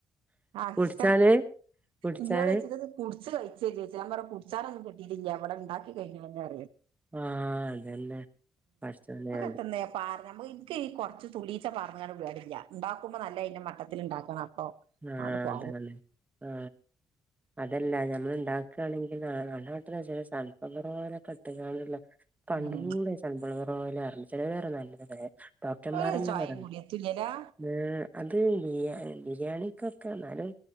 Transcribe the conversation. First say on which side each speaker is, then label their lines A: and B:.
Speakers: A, on the right; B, on the right.
A: ആക്കിട്ടെ
B: കുടിച്ചാല് കുടിച്ചാല്
A: ഇന്നോട് വെച്ചിത് കുടിച്ച് കഴിച്ചോജി ചോയ്ച്ച് ഞാൻ പറഞ്ഞ് കുടിച്ചാനൊന്നു കിട്ടിട്ടില്ല ഇവ്ടെണ്ടാക്കി കഴിഞ്ഞ്ണ്റിയ
B: ആ അതന്നെ പടചോനെ
A: <unintelligible> <inaudible> ഇന്ക്ക് ഈ കൊർച്ച് തുള്ളീച്ചെ പാറന്ന്കാണ്ട് പരിപാടില്ല്യ ഉണ്ടാക്കുമ്പോ നല്ല അതിന്റെ മട്ടത്തില് ഉണ്ടാക്കണം അപ്പൊ
B: ആ
A: ആട് പാറും
B: അതാണ് ആ അതല്ല ഞമ്മള് ഇണ്ടാക്കാണെങ്കില് ആ നമ്മടെ വീട്ടില ചെറിയ സൺഫ്ലവറോയിലൊക്കെ ഇട്ട്ക്കാണ്ട്ള്ളേ <unintelligible>
A: ഉം
B: ഓലാണ് ചെലോരറും നല്ലതന്ന് ഡോക്ടർമാരെന്നെ
A: ഒരു ചായയും
B: പറണ്ട്
A: കൂടി എത്തൂലരാ
B: <unintelligible> അത് ബിയാ ബിരിയാണിക്കൊക്കെന്നാലും